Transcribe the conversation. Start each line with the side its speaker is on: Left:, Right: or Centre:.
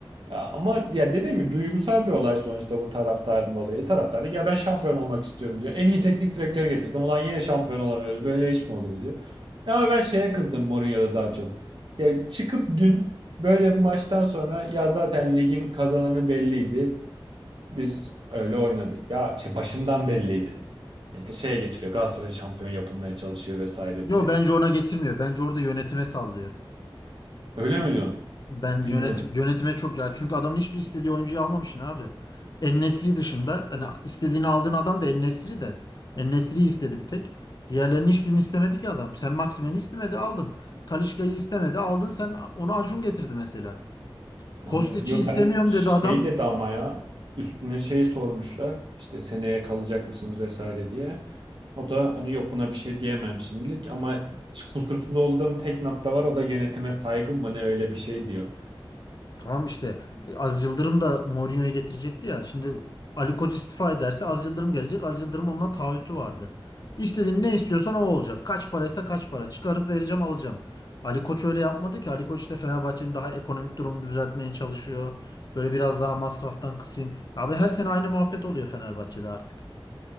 Right: Ya Ama ya dediğim gibi duygusal bir olay sonuçta bu taraftarın dolayı. Taraftar da, ya ben şampiyon olmak istiyorum diyor. En iyi teknik direktörü getirdim. Ulan yine şampiyon olamıyoruz. Böyle iş mi olur diyor. Ya Ama ben şeye kızdım Mourinho'da daha çok. Ya çıkıp dün böyle bir maçtan sonra ya zaten ligin kazananı belliydi. Biz öyle oynadık. Ya şey başından belliydi. İşte şeye getiriyor. Galatasaray şampiyon yapılmaya çalışıyor vesaire
Left: Yo
Right: diye.
Left: bence ona getirmiyor. Bence orada yönetime sallıyor.
Right: Öyle mi diyorsun?
Left: Ben
Right: Bilmiyorum.
Left: yönetim yönetime çok ya çünkü adamın hiçbir istediği oyuncuyu almamışsın abi. En-Nesyri dışında hani istediğini aldığın adam da En-Nesyri de. En-Nesyri'yi istedi bir tek. Diğerlerinin hiçbirini istemedi ki adam. Sen Maximen'i istemedi aldın. Talisca'yı istemedi aldın sen onu Acun getirdi mesela.
Right: Anladım.
Left: Kostiç'i
Right: Yo
Left: istemiyorum
Right: ben şey
Left: dedi adam.
Right: dedi ama ya üstüne şey sormuşlar. işte seneye kalacak mısınız vesaire diye. O da hani yok buna bir şey diyemem şimdilik ama kusursuz olduğum tek nokta var. O da yönetime saygım mı ne öyle bir şey diyor.
Left: Tamam işte e, Aziz Yıldırım da Mourinho'yu getirecekti ya. Şimdi Ali Koç istifa ederse Aziz Yıldırım gelecek. Aziz Yıldırım onunla taahhütü vardı. İstediğin ne istiyorsan o olacak. Kaç paraysa kaç para. Çıkarıp vereceğim alacağım. Ali Koç öyle yapmadı ki. Ali Koç işte Fenerbahçe'nin daha ekonomik durumunu düzeltmeye çalışıyor. Böyle biraz daha masraftan kısayım. Abi her sene aynı muhabbet oluyor Fenerbahçe'de artık.